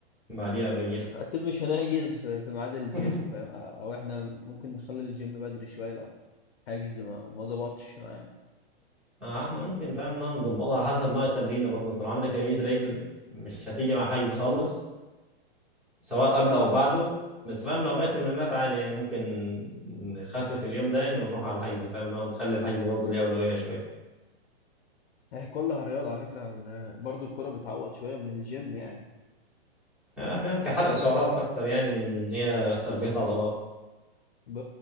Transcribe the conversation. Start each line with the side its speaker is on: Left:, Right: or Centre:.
Centre: بعديها بجيلك
Left: اكيد مش هنحجز في في ميعاد الجيم
Centre: <laughs>
Left: فاهم او احنا ممكن نخلي الجيم بدري شويه لو حاجز ما ما ظبطش معانا
Centre: آه احنا ممكن فاهم ان انا نظبطها على حسب نوع التمرين برضه طالما عندك تمرين رجل مش هتيجي مع حجز خالص سواء قبله او بعده بس فاهم لو باقي التمرينات عادي يعني ممكن نخفف اليوم ده يعني ونروح على الحجز فاهم لو نخلي الحجز برضه ليه اولويه شويه
Left: هي كلها رياضه على فكره ال- برضو الكره بتعوض شويه من الجيم يعني
Centre: آه فاهم كحرق سعرات اكتر يعني من هي تربيه عضلات
Left: ب...